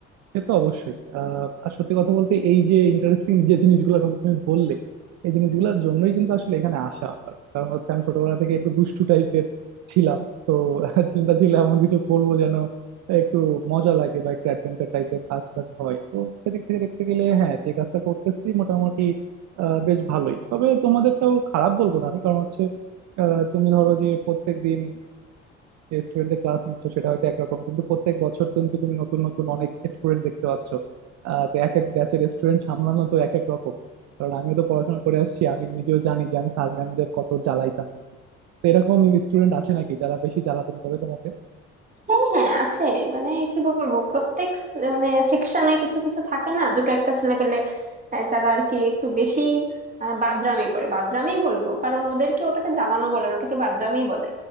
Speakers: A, on the right; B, on the right.
A: সে তো অবশ্যই আহ, আর সত্যি কথা বলতে এই যে ইন্টারেস্টিং যে জিনিসগুলোর কথা তুমি বললে এই জিনিসগুলোর জন্যই কিন্তু আসলে এখানে আসা আমার কারণ হচ্ছে আমি ছোটবেলা থেকে একটু দুষ্টু টাইপের ছিলাম তো <laughs> আহ, চিন্তা ছিল এমন কিছু করবো যেন একটু মজা লাগে বা একটু অ্যাডভেঞ্চার টাইপের কাজ টাজ হয় তো সেদিক থেকে দেখতে গেলে হ্যাঁ যে কাজটা করতেছি মোটামুটি আহ, বেশ ভালোই তবে তোমাদেরটাও খারাপ বলবো না আমি কারণ হচ্ছে আহ, তুমি ধরো যে প্রত্যেকদিন স্টুডেন্টের ক্লাস নিচ্ছ সেটা হয়তো একরকম কিন্তু প্রত্যেক বছর কিন্তু তুমি নতুন নতুন অনেক স্টুডেন্ট দেখতে পাচ্ছ আহ, তো এক এক ব্যাচের স্টুডেন্ট সামলানো তো এক এক রকম কারণ আমিও তো পড়াশোনা করে আসছি আমি নিজেও জানি যে আমি স্যার ম্যামদের কত জ্বালাইতাম আর কি তো এরকম স্টুডেন্ট আছে নাকি যারা বেশি জ্বালাতন করে তোমাকে
B: হ্যাঁ হ্যাঁ আছে মানে কি বলবো প্রত্যেক স- মানে সেকশনে কিছু কিছু থাকে না দুটো একটা ছেলে পেলে আহ, যারা আর কি একটু বেশি আহ, বাদরামি করে বাদরামি বলবো কারণ ওদেরকে ওটাকে জ্বালানো বলে না, ওটাকে বাদরামি বলে